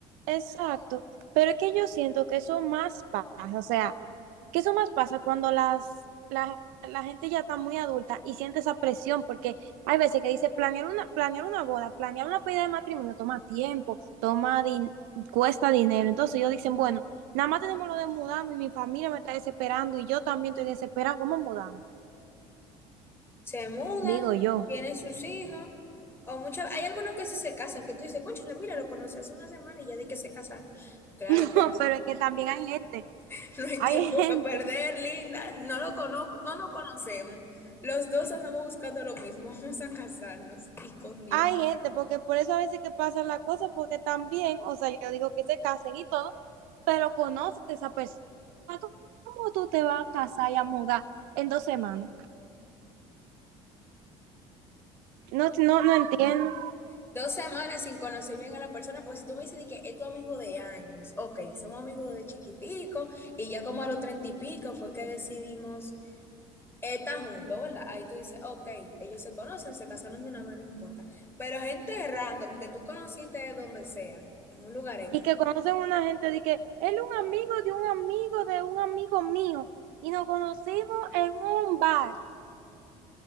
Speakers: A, on the right (about 75°); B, on the left (about 15°).
A: exacto, pero es que yo siento que eso más pasa, o sea, que eso más pasa cuando las, la, la gente ya está muy adulta y siente esa presión, porque hay veces que dice planear una, planear una boda, planear una pedida de matrimonio toma tiempo, toma din- cuesta dinero. Entonces ellos dicen, bueno, nada más tenemos lo de mudarme y mi familia me está desesperando y yo también estoy desesperada, ¿cómo mudarme?
B: Se mudan,
A: Digo yo,
B: tienen sus hijos, o muchas, hay algunos que sí se casan, que tú dices, cónchale, mira, lo conocí hace una semana y ya di que se casaron. Claro
A: <laughs>
B: que no,
A: pero es que también hay gente,
B: <laughs> no hay
A: hay
B: tiempo
A: gente.
B: que perder, linda, no lo conozco, no nos conocemos. Los dos andamos buscando lo mismo, <laughs> vamos a casarnos y con Dios.
A: Hay gente, porque por eso a veces que pasa la cosa, porque también, o sea, yo digo que se casen y todo, pero conoces a esa persona, ¿cómo tú te vas a casar y a mudar en dos semanas? No, no, no entiendo.
B: Dos semanas sin conocer bien a la persona, porque si tú me dices de que es tu amigo de años, ok, somos amigos de chiquitico y ya como a los treinta y pico fue que decidimos eh, estar juntos, ¿verdad? Ahí tú dices, ok, ellos se conocen, se casaron de una vez, no importa. Pero gente random que tú conociste donde sea, en un lugar X.
A: Y que conocen una gente de que él es un amigo de un amigo de un amigo mío y nos conocimos en un bar